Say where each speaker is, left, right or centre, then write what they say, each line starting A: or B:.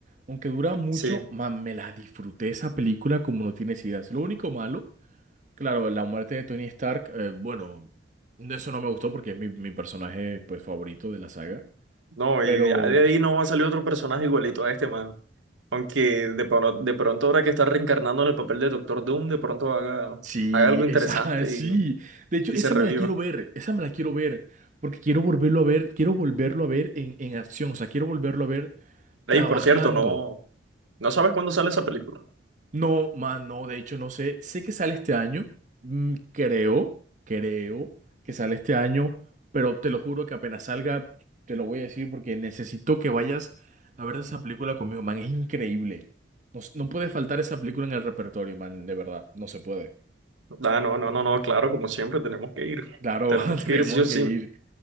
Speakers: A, on the right (about 40°); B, on the right (about 85°).
A: aunque dura mucho,
B: sí.
A: man, me la disfruté esa película como no tienes ideas. Lo único malo, claro, la muerte de Tony Stark, eh, bueno, eso no me gustó porque es mi, mi personaje pues favorito de la saga,
B: No,
A: pero
B: y de de ahí no va a salir otro personaje igualito a este, man. Aunque de, pro- de pronto ahora que está reencarnando en el papel de Doctor Doom, de pronto haga,
A: sí,
B: haga algo interesante
A: esa, <laughs> sí,
B: y,
A: de hecho,
B: y
A: esa
B: se reviva.
A: me la quiero ver, esa me la quiero ver, porque quiero volverlo a ver, quiero volverlo a ver en, en acción, o sea, quiero volverlo a ver
B: Ey,
A: trabajando.
B: por cierto, no, no sabes cuándo sale esa película.
A: No, man, no, de hecho no sé, sé que sale este año, mm, creo, creo que sale este año, pero te lo juro que apenas salga, te lo voy a decir porque necesito que vayas a ver esa película conmigo, man, es increíble. No, s- no puede faltar esa película en el repertorio, man, de verdad, no se puede.
B: Ah, no, no, no, no, claro, como siempre, tenemos que ir.
A: Claro,
B: Tenemos
A: <laughs>
B: que
A: tenemos
B: ir sí o sí.
A: que ir.